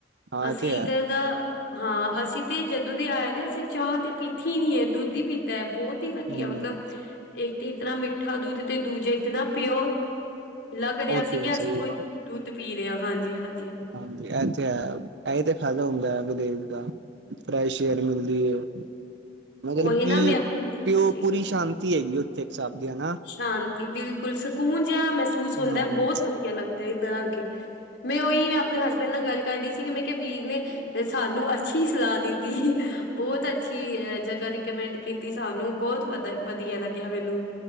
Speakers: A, on the right; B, on the left.
A: ਹਾਂ
B: ਅਸੀ,
A: ਇਹ ਤੇ ਹੈ
B: ਇੱਧਰ ਦਾ- ਹਾਂ, ਅਸੀ ਤੇ ਜਦੋ ਦੇ ਆਏ ਨੇ, ਅਸੀ ਚਾਹ ਤੇ ਪੀਤੀ ਹੀ ਨਹੀ ਹੈ, ਦੁੱਧ ਹੀ ਪੀਤਾ ਹੈ। ਬਹੁਤ ਕੀ ਵਧੀਆ,
A: ਹੂੰ।
B: ਮਤਲਬ ਇੱਕ ਤੇ ਇਤਾ ਮਿੱਠਾ ਦੁੱਧ ਤੇ ਦੂਜੇ ਇਤਨਾ ਪਿਓਰ। ਲੱਗ
A: ਉਹ
B: ਰਿਹਾ ਸੀ
A: ਤੇ
B: ਕਿ
A: ਹੈ,
B: ਅਸੀ
A: ਸਹੀ
B: ਕੋਈ
A: ਗੱਲ
B: ਦੁੱਧ ਪੀ ਰਹੇ ਹਾਂ, ਹਾਂਜੀ ਹ
A: ਹਾਂਜੀ, ਹਾਂਜ ਤੇ ਹੈ ਏਹੀ ਤੇ ਫਾਇਦਾ ਹੁੰਦਾ ਹੈ ਵਿਦੇਸ਼ ਦਾ, ਫਰੈਸ਼ ਏਅਰ ਮਿਲਦੀ ਹੈ। ਮਤਲਬ
B: ਉਹੀ
A: ਕਿ
B: ਨਾ ਮੈਂ ਆਪਣੀ
A: ਪਿਓ
B: ਜੀ
A: ਪੂਰੀ ਸ਼ਾਂਤੀ ਹੈਗੀ ਉੱਥੇ, ਇੱਕ ਜਾਂਦਿਆਂ ਹਨਾ।
B: ਸ਼ਾਂਤੀ, ਬਿਲਕੁਲ ਸਕੂਨ ਜਿਹਾ ਮਹਿਸੂਸ ਹੁੰਦਾ,
A: ਹਮ
B: ਬਹੁਤ ਵਧੀਆ ਲੱਗਦਾ ਇੱਧਰ ਆਕੇ। ਮੈਂ ਉਹੀ, ਮੈਂ ਆਪਣੇ ਹਸਬੈਂਡ ਨਾਲ ਗੱਲ ਕਰਦੀ ਸੀ ਕਿ ਮੈਂ ਕਿਹਾ ਵੀਰ ਨੇ ਸਾਨੂੰ ਅੱਛੀ ਸਲਾਹ ਦਿੱਤੀ, ਬਹੁਤ ਅੱਛੀ, ਅ ਜਗ੍ਹਾ ਰਿਕਮੈਂਡ ਕੀਤੀ ਸਾਨੂੰ ਬਹੁਤ ਵਧ ਵਧੀਆ ਲੱਗਿਆ, ਮੈਨੂੰ।